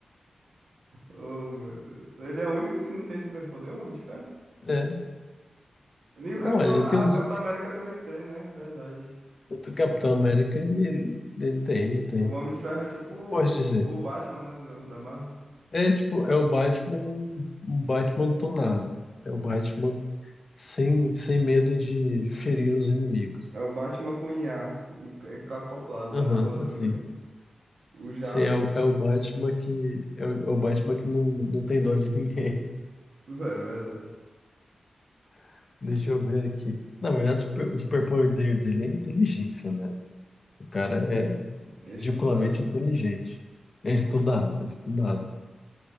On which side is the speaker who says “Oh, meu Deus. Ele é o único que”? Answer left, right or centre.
Right